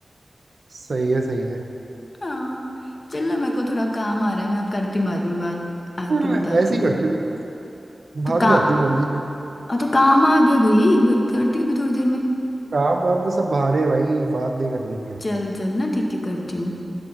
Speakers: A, on the right; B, on the left.
A: सही है सही है
B: हाँ चलो मेरे को थोड़ा काम आ रहा है मैं करती हूँ बाद में बात आके
A: हाँ,
B: बताती
A: ऐसे
B: हूँ
A: ही करती हूँ बस
B: तो
A: भाग
B: का
A: जाती हूँ जल्दी से
B: हाँ तो काम आ गया भाई बात करती हूँ अभी थोड़ी देर में
A: काम वाम तो सब बहाने हैं भाई बात नहीं करने के
B: चल चल ना ठीक है करती हूँ